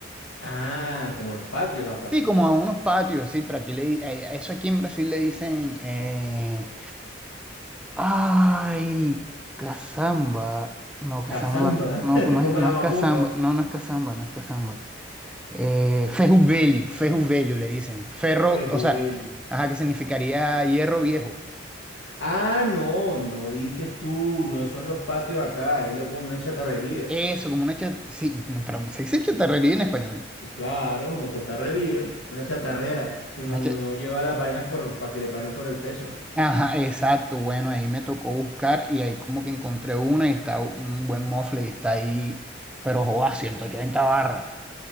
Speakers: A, on the left; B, in the centre.
A: ah, como los patios acá.
B: Sí, como a unos patios, sí, pero aquí le... di- a a eso aquí en Brasil le dicen... eh, Ay, Cazamba. No, Cazamba.
A: Cazamba,
B: No,
A: <laughs>
B: no
A: como
B: es, no
A: la
B: es
A: macumba.
B: Cazamba. No, no es Cazamba, no es Cazamba. Eh, Ferro Velho, Ferro Velho le dicen. Ferro,
A: Fejubelio.
B: o sea, ajá, que significaría hierro viejo.
A: Ah, no, no dices tú, no son los patios acá, es lo- como una chatarrería.
B: Eso, como una chat. Sí, no, pero se dice chatarrería en español.
A: Eh, Claro, una chatarrería, una chatarrera, cuando
B: Una
A: no
B: cha-
A: lleva las vainas por, para que le paguen por el peso.
B: Ajá, exacto. Bueno, ahí me tocó buscar y ahí como que encontré una y está un buen mofle y está ahí, pero joda, ciento ochenta barras.